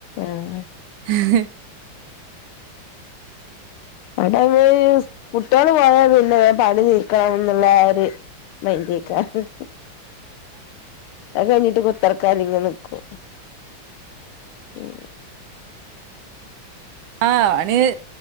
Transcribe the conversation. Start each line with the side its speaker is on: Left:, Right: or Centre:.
Left: ആഹ്
Right: ഉ
Left: അവിടെ നമ്മള് സ് കുട്ട്യാള് പോയാൽ പിന്നെ വേം പണി നീക്കാ എന്നുള്ള ആ ഒര് മൈൻഡ് അയ്ക്കാരം അഹ് കഴിഞ്ഞിട്ട് കുത്തർക്കാല്ലിങ്ങനെ നിക്കും ഉം
Right: ആഹ് <unintelligible>